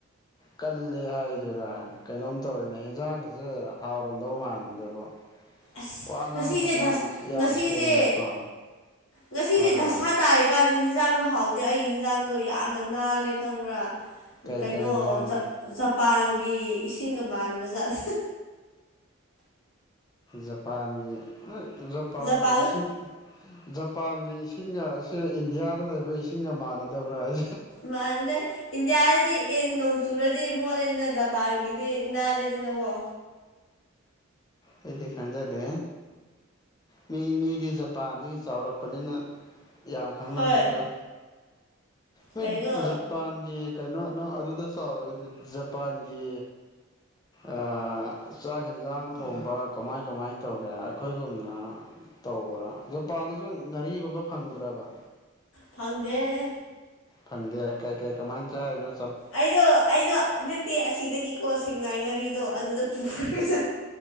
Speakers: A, on the left; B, on the left.
A: ꯀꯜꯂꯦ ꯍꯥꯏꯖꯤꯔꯥ ꯀꯩꯅꯣꯝ ꯇꯧꯔꯤꯅꯦ ꯍꯦꯟꯖꯥꯡꯒꯁꯦ ꯍꯥꯎꯔꯝꯗꯧ ꯃꯥꯜꯗꯦꯕ
B: ꯑꯁ
A: ꯋꯥ ꯉꯥꯡꯕꯗ
B: ꯉꯁꯤꯁꯦ ꯗꯁ
A: ꯌꯥꯝ
B: ꯉꯁꯤꯁꯦ
A: ꯁꯦꯡꯅꯀꯣ
B: ꯉꯁꯤꯁꯦ
A: ꯍꯣꯏ
B: ꯗꯁꯥ
A: ꯍꯣꯏ
B: ꯇꯥꯔꯤ ꯀꯥꯟꯗ ꯍꯟꯖꯥꯡꯗꯣ ꯍꯥꯎꯇꯦ ꯑꯩꯒꯤ ꯍꯟꯖꯥꯡꯗꯣ ꯌꯥꯝꯅ ꯅꯥꯜꯂꯦ ꯈꯪꯕ꯭ꯔꯥ
A: ꯀꯩ
B: ꯀꯩꯅꯣ
A: ꯀꯩ ꯍꯦꯟꯖꯥꯡꯅꯣ
B: ꯖ ꯖꯄꯥꯟꯒꯤ ꯏꯁꯤꯡꯒ ꯃꯥꯟꯕꯖꯥꯠ
A: ꯖꯄꯥꯟꯒꯤ ꯍꯣꯏ ꯖꯄꯥꯟꯒꯤ
B: ꯖꯄꯥꯟ
A: ꯏꯁꯤꯡ ꯖꯄꯥꯟꯒꯤ ꯏꯁꯤꯡꯁꯦ ꯏꯟꯗꯤꯌꯥꯗ ꯂꯩꯕ ꯍꯣꯏ ꯏꯁꯤꯡꯒ ꯃꯥꯟꯅꯗꯕ꯭ꯔꯥ ꯍꯥꯏ
B: ꯃꯥꯟꯅꯗ ꯏꯟꯗꯤꯌꯥꯗꯗꯤ ꯌꯦꯟ ꯅꯨꯡ ꯆꯨꯔꯗꯤ ꯃꯣꯠꯂꯦꯗꯅ ꯖꯄꯥꯟꯒꯤꯗꯤ ꯅꯥꯜꯂꯤꯗꯅꯀꯣ
A: ꯑꯩꯗꯤ ꯈꯪꯖꯗꯦ ꯃꯤ ꯃꯤꯗꯤ ꯖꯄꯥꯟꯗꯒꯤ ꯆꯥꯎꯔꯛꯄꯅꯤꯅ ꯌꯥꯝ ꯈꯪꯂꯝꯃꯦꯀꯣ
B: ꯍꯣꯏ
A: ꯅꯣꯏ
B: ꯀꯩꯅꯣ
A: ꯖꯄꯥꯟꯒꯤ ꯀꯩꯅꯣ ꯅꯪ ꯑꯗꯨꯗ ꯆꯥꯎꯔꯒꯗꯤ ꯖꯄꯥꯟꯒꯤ ꯑꯥ ꯆꯥꯛ ꯌꯦꯟꯖꯥꯡ ꯊꯣꯡꯕ ꯀꯃꯥꯏ ꯀꯃꯥꯏꯅ ꯇꯧꯒꯦ ꯑꯩꯈꯣꯏꯒꯨꯝꯅ ꯇꯧꯕ꯭ꯔꯥ ꯖꯄꯥꯟꯗꯁꯨ ꯉꯥꯔꯤꯒꯨꯝꯕ ꯐꯪꯕ꯭ꯔꯕ
B: ꯐꯪꯗꯦꯍꯦ
A: ꯐꯪꯗꯦ ꯀꯩ ꯀꯩ ꯀꯃꯥꯏꯅ ꯆꯥꯏꯔꯤꯅ
B: ꯑꯩꯗꯣ ꯑꯩꯗꯣ ꯅꯠꯇꯦ ꯑꯁꯤꯗꯒꯤꯀꯣ ꯁꯦꯡꯃꯥꯏ ꯉꯥꯔꯤꯗꯣ ꯑꯗꯨꯗ ꯄꯨꯔꯒ ꯆ